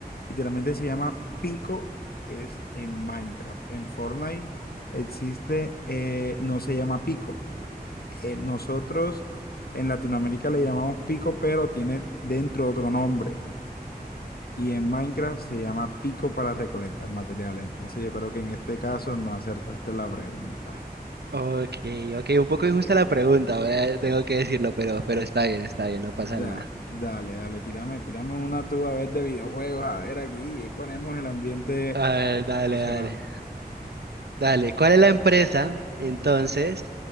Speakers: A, on the left; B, on the right.
A: Literalmente se llama Pico, es en Minecraft. En Fortnite existe, eh, no se llama Pico. Eh, nosotros en Latinoamérica le llamamos Pico, pero tiene dentro otro nombre. Y en Minecraft se llama Pico para recolectar materiales. Entonces yo creo que en este caso no acertaste la pregunta.
B: Ok, ok, un poco injusta la pregunta, voy tengo que decirlo, pero, pero está bien, está bien, no pasa
A: Da,
B: nada.
A: dale, dale, tírame, tírame una tú a ver de videojuegos, a ver aquí, y ponemos el ambiente
B: A ver, dale,
A: emocionante.
B: dale, dale. ¿Cuál es la empresa entonces